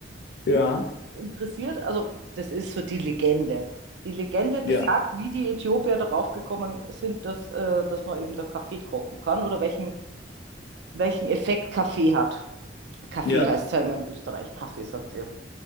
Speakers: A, on the left (about 60°); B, on the right (about 65°).
A: Ja,
B: Was ist das interessiert? Also, das ist so die Legende. Die Legende besagt,
A: ja,
B: wie die Äthiopier darauf gekommen sind, dass, äh, dass man eben da Kaffee kochen kann oder welchen, welchen Effekt Kaffee hat. Kaffee
A: ja,
B: heißt ja immer in Österreich, Kaffee, sagt ihr.